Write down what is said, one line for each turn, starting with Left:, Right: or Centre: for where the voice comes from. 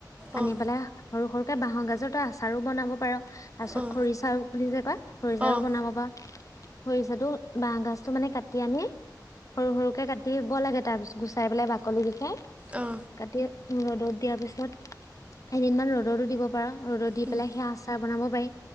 Left: আনি
Right: অঁ
Left: পেলাই সৰু সৰুকে বাঁহৰ গাজৰ তই আচাৰো বনাব পাৰ। তাৰ পিছত
Right: অঁ
Left: খৰিচা বুলি যে কয় খৰিচাউও
Right: অঁ
Left: বনাব খৰিচাটো বাহ গছটো মানে কাটি আনি সৰু সৰু কাটিব লাগে তাৰ পিছ গুচাই পেলাই বাকলি খিনি
Right: অৱ।
Left: কাটি ৰ'দত দিয়াৰ পিছত কেইদিন মান ৰ'দতো দিব পাৰা ৰ'দত দি
Right: উম,
Left: পেলাই সেয়া আ বনাব পাৰি